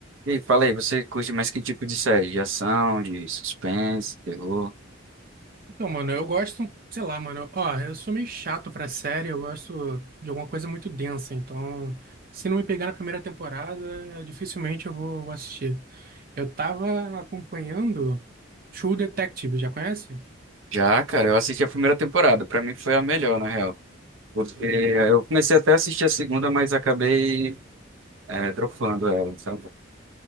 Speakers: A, on the right (about 80°); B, on the right (about 45°).
A: E aí, fala aí, você curte mais que tipo de série? De ação, de suspense, terror?
B: Não, mano, eu gosto, sei lá, mano. Ó, eu sou meio chato pra série, eu gosto de alguma coisa muito densa, então se não me pegar na primeira temporada, eh, dificilmente eu vou, vou assistir. Eu tava acompanhando True Detective, já conhece?
A: Já, cara, eu assisti a primeira temporada. Pra mim foi a melhor, na real. Porque eu comecei até a assistir a segunda, mas acabei é, dropando ela, sabe?